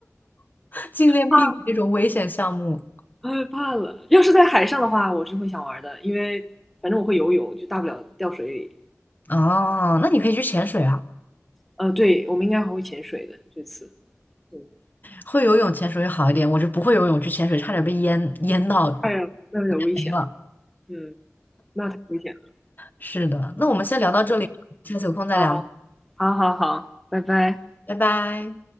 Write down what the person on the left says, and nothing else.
<laughs> 尽量避免这种危险项目。
啊，那你可以去潜水啊，
会游泳潜水会好一点。我是不会游泳，去潜水差点被淹淹到 <laughs>
没了。
是的，那我们先聊到这里，下次有空再聊，
拜拜。